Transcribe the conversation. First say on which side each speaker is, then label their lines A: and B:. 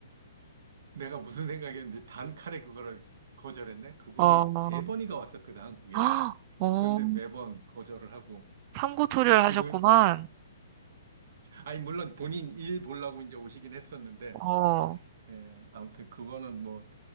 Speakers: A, on the right; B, on the right.
A: 내가 무슨 생각이었는데, 단칼에 그거를 거절했네? 그분이
B: 어,
A: 세
B: <gasps>
A: 번이가 왔었거든, 한국에.
B: 어, 어,
A: 그런데 매번 거절을 하고,
B: 삼고 초려를
A: 지금
B: 하셨구만.
A: 아니, 물론 본인 일 보려고 이제 오시긴 했었는데,
B: 어.
A: 예, 아무튼 그거는 뭐,